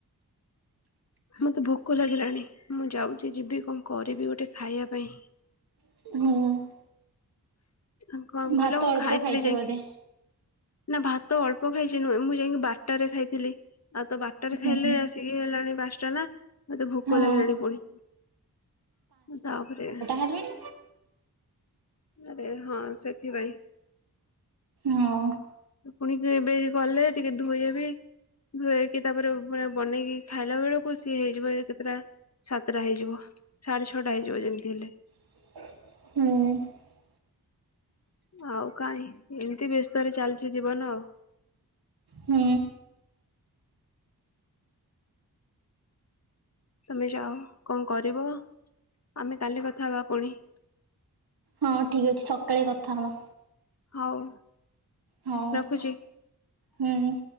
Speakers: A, on the left (about 45°); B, on the right (about 75°).
A: ମତେ ଭୋକ ଲାଗିଲାଣି ମୁଁ ଯାଉଛି ଯିବି କଣ କରିବି ଗୋଟେ ଖାଇବା ପାଇଁ।
B: ହୁଁ।
A: ଆଉ କଣ
B: ଭାତ
A: କହିଲ ମୁଁ
B: ଅଳ୍ପ
A: ଖାଇଥିଲି
B: ଖାଇଛି
A: ଯାଇଁକି
B: ବୋଧେ।
A: ନା ଭାତ ଅଳ୍ପ ଖାଇଛି ନୁହେଁ ମୁଁ ଯାଇଁକି ବାରଟାରେ ଖାଇଥିଲି ଆଉ ତ ବା ରଟା ରେ ଖାଇଲେ
B: ହୁଁ
A: ଆସିକି ହେଲାଣି ପାଞ୍ଚଟା ନା! ମତେ ଭୋକ
B: ହଁ
A: ଲାଗିଲାଣି ପୁଣି ମୁଁ ତାପରେ
B: ହେଲେଣି
A: ଆରେ ହଁ ସେଥିପାଇଁ।
B: ହଁ।
A: ପୁଣି ଯେ ଏବେ ଏଇ ଗଲେ ଟିକେ ଧୋଇ ହେବି। ଧୋଇକି ତାପରେ ପୁରା ବନେଇକି ଖାଇଲା ବେଳକୁ ସିଏ ହେଇଯିବ ଯାଏ କେତେଟା? ସାତଟା ହେଇଯିବ ସାଢେ ଛଅଟା ହେଇଯିବ ଯେମିତି ହେଲେ।
B: ହୁଁ।
A: ଆଉ କାଇଁ ଏମିତି ବ୍ୟସ୍ତରେ ଚାଲିଛି ଜୀବନ ଆଉ।
B: ହୁଁ।
A: ତମେ ଯାଅ କଣ କରିବ ଆମେ କାଲି କଥା ହେବା ପୁଣି।
B: ହଁ ଠିକ ଅଛି ସକାଳେ କଥା ହବା।
A: ହଉ।
B: ହଉ
A: ରଖୁଛି।
B: ହୁଁ।